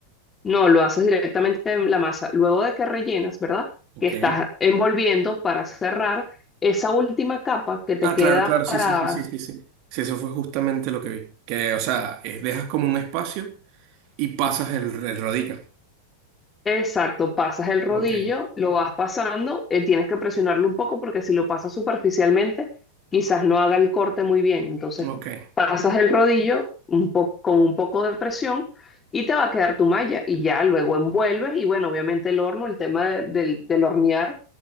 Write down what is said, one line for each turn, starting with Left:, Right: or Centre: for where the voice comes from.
Left: No, lo haces directamente en la masa. Luego de que rellenas, ¿verdad?
Right: Ok.
Left: Que estás envolviendo para cerrar esa última capa que te
Right: Ah,
Left: queda
Right: claro, claro,
Left: para
Right: sí, sí, sí, sí, sí, sí. Sí, eso fue justamente lo que vi. Que, o sea, es- dejas como un espacio y pasas el, el rodillo.
Left: Exacto, pasas el rodillo,
Right: Ok,
Left: lo vas pasando, eh, tienes que presionarlo un poco porque si lo pasas superficialmente, quizás no haga el corte muy bien. Entonces,
Right: ok.
Left: pasas el rodillo un po- con un poco de presión y te va a quedar tu malla y ya luego envuelves y bueno, obviamente el horno, el tema de- del, del hornear,